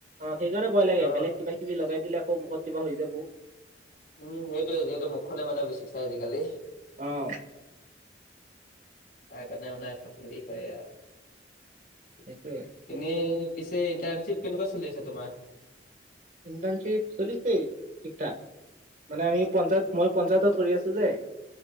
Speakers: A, on the right (about 45°); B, on the left (about 55°).
A: সেইকাৰণে ভয় লাগে
B: অ
A: বেলেগ কিবা কিবি লগাই দিলে আকৌ মুখত কিবা হৈ যাব।
B: উম, সেইটোৱে যিহেতু মুখনে মানে বিছ বিচাই আজিকালি।
A: আহ।
B: তাৰ কাৰণে মানে হেৰি হয় আৰু।
A: সেইটোয়ে
B: এনেই পিছে ইণ্টাৰণশ্বিপ কেনেকুৱা চলি আছে তোমাৰ?
A: ইণ্টাৰ্ণশ্বিপ চলিছে ঠিক ঠাক। মানে আমি পঞ্চায়ত মই পঞ্চায়তত কৰি আছো যে।